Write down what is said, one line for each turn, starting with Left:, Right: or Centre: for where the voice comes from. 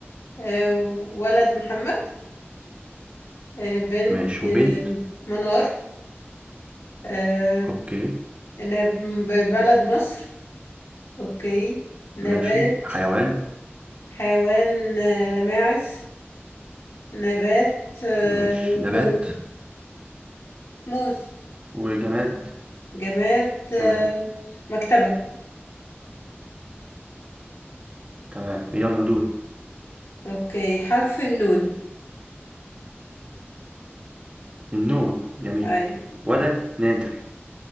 Left: آه، ولد محمد آه، بنت
Right: ماشي
Left: آه،
Right: وبنت
Left: منار آه،
Right: أوكي
Left: نب- م- بلد مصر أوكي نبات
Right: ماشي حيوان
Left: حيوان آه، ماعز نبات آه،
Right: ماشي نبات
Left: موز موز
Right: وجماد
Left: جماد آه،
Right: تمام
Left: مكتبة
Right: تمام يلا دول
Left: أوكي حرف النون
Right: النون جميل
Left: أي
Right: ولد نادر